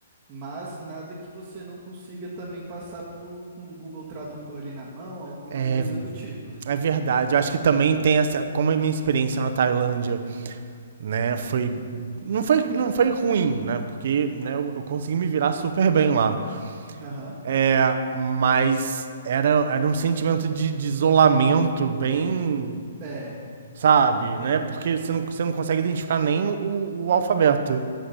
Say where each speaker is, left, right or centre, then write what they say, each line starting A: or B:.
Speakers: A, on the right (about 15°); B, on the right (about 50°).
A: Mas nada que você não consiga também passar por, com o Google Tradutor ali na mão, alguma
B: É,
A: coisa do tipo.
B: é verdade. Eu acho que também tem essa, como a minha experiência na Tailândia, né, foi não foi, não foi ruim, né? Porque né, eu eu consegui me virar super bem lá.
A: Aham.
B: É, mas era, era um sentimento de, de isolamento bem
A: É,
B: sabe? Né? Porque você não, você não consegue identificar nem o, o alfabeto,